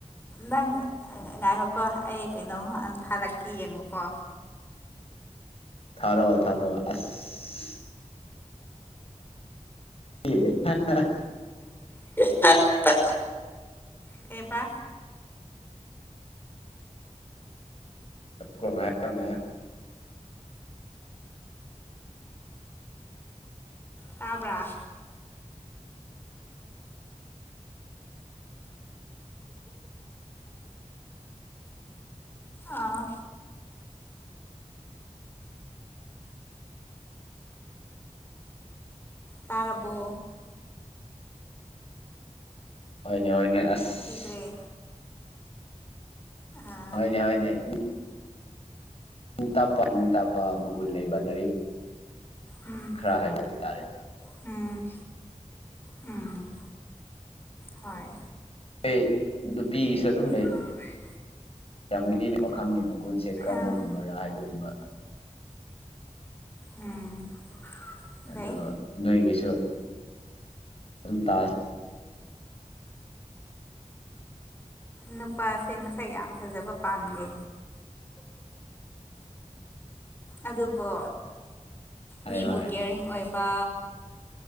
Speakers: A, on the left; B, on the left.
A: ꯅꯪ ꯑ ꯉꯥꯏꯈꯣꯀꯣ ꯑꯩ ꯀꯩꯅꯣꯝ ꯊꯥꯔꯛꯀꯦ ꯌꯦꯡꯉꯨꯀꯣ
B: ꯊꯥꯔꯛꯑꯣ ꯊꯥꯔꯛꯑꯣ ꯑꯁ ꯑꯦ
A: <inaudible> ꯀꯩꯕꯥ
B: ꯀꯣ ꯉꯥꯏꯌꯣ ꯉꯥꯏꯌꯣ
A: ꯇꯥꯕ꯭ꯔꯥ ꯑꯥ ꯇꯥꯔꯕꯣ
B: ꯍꯣꯏꯅꯦ ꯍꯣꯏꯅꯦ ꯑꯁ
A: ꯗ꯭ꯔꯦ ꯑꯥ
B: ꯍꯣꯏꯅꯦ ꯍꯣꯏꯅꯦ ꯏꯪ ꯇꯞꯄ ꯏꯪ ꯇꯞꯄ ꯃꯒꯨꯟ ꯂꯩꯕ ꯂꯥꯏꯔꯤꯛ
A: ꯎꯝ
B: ꯈꯔ ꯍꯩꯕ ꯍꯥꯏꯕ ꯇꯥꯔꯦ
A: ꯎꯝ ꯎꯝ ꯍꯣꯏ
B: ꯑꯦ ꯅꯨꯄꯤꯒꯤꯁꯨ ꯑꯗꯨꯝ ꯂꯩ
A: ꯍ ꯅꯣꯏ
B: ꯔꯝꯒꯅꯤꯅ ꯄꯥꯈꯡꯒꯤ ꯃꯒꯨꯟꯁꯦ ꯀꯔꯝꯕꯒꯨꯝꯕꯔꯥ
A: ꯑꯥ
B: ꯍꯥꯏꯕꯒꯨꯝꯕ
A: ꯎꯝ
B: ꯑꯗꯨ
A: ꯂꯩ
B: ꯅꯣꯏꯒꯤꯁꯨ ꯑꯗꯨꯝ ꯇꯥ
A: ꯅꯨꯄꯥꯁꯦ ꯃꯁꯛ ꯌꯥꯝ ꯐꯖꯕ ꯄꯥꯝꯗꯦ ꯑꯗꯨꯕꯨ
B: ꯍꯥꯏꯌꯣ
A: ꯃꯤꯕꯨ
B: ꯍꯥꯏꯌꯣ
A: ꯀꯦꯌꯥꯔꯤꯡ ꯑꯣꯏꯕ